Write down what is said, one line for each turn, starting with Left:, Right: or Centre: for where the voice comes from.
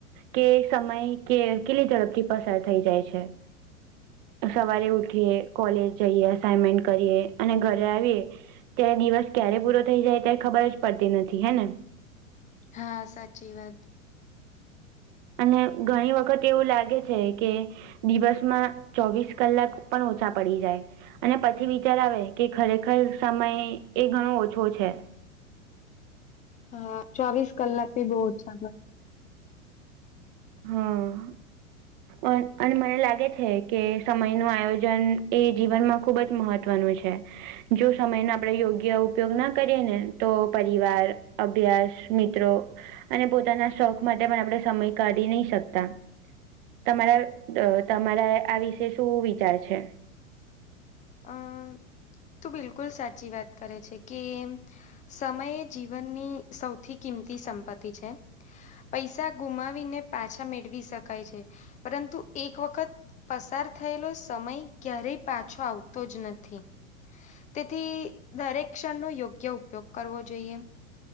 Right: કે સમય કે કેટલી ઝડપથી પસાર થઈ જાય છે. સવારે ઉઠીએ, કોલેજ જઈએ, અસાઈનમેન્ટ કરીએ અને ઘરે આવીએ. ત્યારે દિવસ ક્યારે પૂરો થઈ ત્યારે ખબર જ પડતી નથી. હે ને?
Left: હા, સાચી વાત.
Right: અને ઘણી વખત એવું લાગે છે કે દિવસમાં ચોવીસ કલાક પણ ઓછા પડી જાય. અને પછી વિચાર આવે કે ખરેખર સમય એ ઘણો ઓછો છે.
Left: હા, ચોવીસ કલાક બી બો ઓછા
Right: હમ. અ અને મને લાગે છે કે સમય નું આયોજન એ જીવનમાં ખુબ જ મહત્વનું છે. જો સમય નો આપણેે યોગ્ય ઉપયોગ ના કરીએ ને તો પરિવાર અભ્યાસ મિત્રો અને પોતાના શોખ માટે પણ આપણે સમય કાઢી નહી શકતા. તમારા તમારા આ વિશે શું વિચાર છે.
Left: અમ તું બિલકુલ સાચી વાત કરે છે. કેમ સમય એ જીવનની સૌથી કિંમતી સંપત્તિ છે. પૈસા ગુમાવીને પાછા મેળવી શકાય છે. પરંતુ એક વખત પસાર થયેલો સમય ક્યારેય પાછો આવતો તો જ નથી. તેથી દરેક ક્ષણનો યોગ્ય ઉપયોગ કરવો જોઈએ.